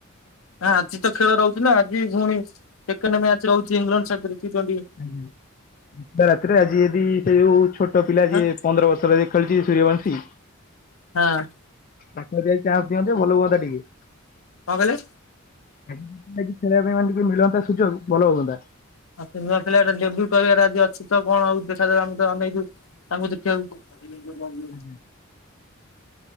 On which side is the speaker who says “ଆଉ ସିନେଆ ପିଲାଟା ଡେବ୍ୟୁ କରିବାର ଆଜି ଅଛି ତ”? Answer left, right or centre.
Left